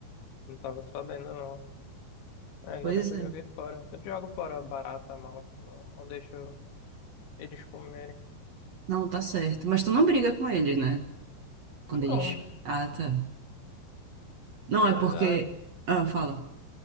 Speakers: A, on the left (about 85°); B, on the right (about 55°).
A: não tava sabendo, não. É, Ainda
B: Pois
A: bem que
B: é,
A: eu joguei fora. Sempre jogo fora barata, mal. Não, não deixo eles comerem.
B: não, tá certo. Mas tu não briga com eles, né? Quando
A: Não,
B: eles... Ah, tá. Não, é
A: na
B: porque...
A: verdade,
B: Ah, fala.